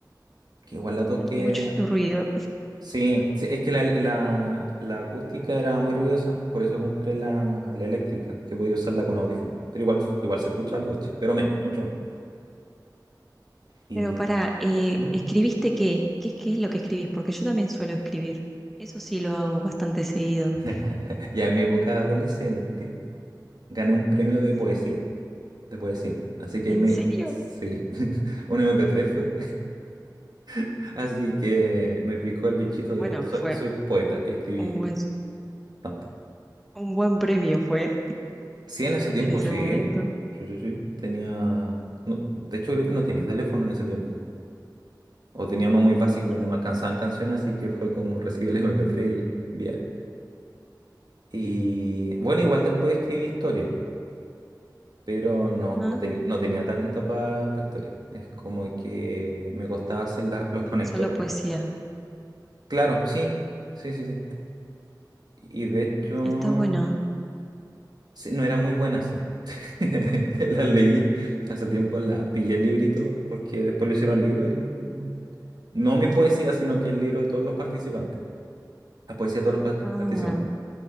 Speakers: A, on the right; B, in the centre.
A: que igual la toqué.
B: Mucho ruido.
A: Sí, sí, es que la, la- la acústica era muy ruidosa, por eso compré la, la eléctrica, que podía usarla con audífono. Pero igual, igual se escucha el boche, pero menos, mucho menos. Y...
B: Pero para, eh,
A: ¿Mm?
B: ¿escribiste qué? ¿Qué, es- qué es lo que escribís? Porque yo también suelo escribir. Eso sí lo hago bastante seguido.
A: <laughs> Ya en mi época de adolescente gané un premio de
B: Sí,
A: poesía, de poesía. Así que
B: ¿en
A: ahí me...
B: serio?
A: Sí, <laughs> un MP3 fue. <laughs> Así que me picó el bichito de
B: Bueno,
A: soy,
B: fue
A: soy poeta y escribí
B: un buen,
A: bastante.
B: un buen premio fue
A: Sí, en ese tiempo
B: en ese
A: sí.
B: momento.
A: Sí, sí, sí. Tenía... no, de hecho, creo que no tenía teléfono en ese tiempo. O tenía uno muy básico,
B: Ah.
A: no me alcanzaban canciones, así que fue como recibí el MP3 y bien. Y
B: <laughs>
A: bueno, igual después escribí historia. pero no,
B: Ajá,
A: no, ten- no tenía talento para historia. Es como que me costaba hacer la- los conectores.
B: Solo poesía.
A: Claro, sí, sí, sí, sí. Y de hecho,
B: Está bueno.
A: sí, no era muy buena así. <laughs> la leí hace tiempo, la pillé el librito, porque después lo hicieron libro, el... no mi poesía, sino que el libro de todos los participantes, la poesía de todos los part-
B: Ah,
A: participantes.